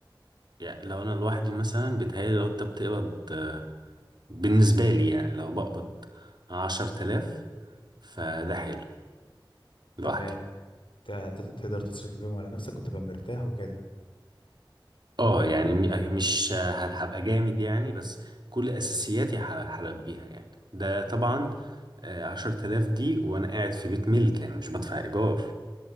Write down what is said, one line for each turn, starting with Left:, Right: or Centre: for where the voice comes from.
Right: يعني لو انا لوحدي مثلا بيتهيألي لو انت بتقبض آه، بالنسبه لي يعني لو بقبض عشر تلاف فده حلو لوحدي
Left: تمام ت- ت- تقدر تصرف بيهم على نفسك وتبقى مرتاح وكده
Right: اه يعني م- مش آه، هت- هبقى جامد يعني بس كل اساسياتي ح- هلبيها يعني ده طبعا آه، عشر تلاف دي وانا قاعد في بيت ملك يعني مش بدفع ايجار